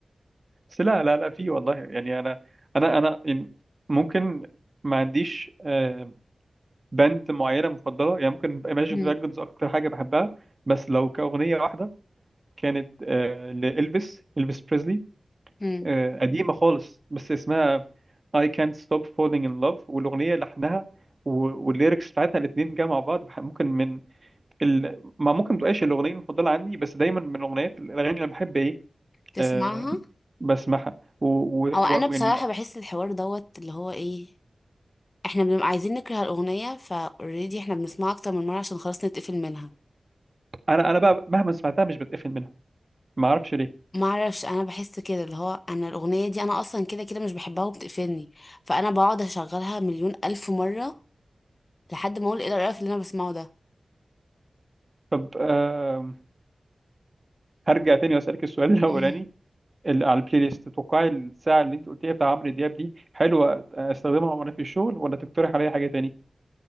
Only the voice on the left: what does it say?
<laughs> مم.
مم.
تسمعها
أو أنا بصراحة بحس الحوار دوت اللي هو إيه احنا بنبقى عايزين نكره الاغنيه فاوريدي احنا بنسمعها اكتر من مره عشان خلاص نتقفل منها
ما اعرفش انا بحس كده اللي هو انا الاغنيه دي انا اصلا كده كده مش بحبها وبتقفلني فانا بقعد اشغلها مليون الف مره لحد ما اقول ايه القرف اللي انا بسمعه ده
<laughs>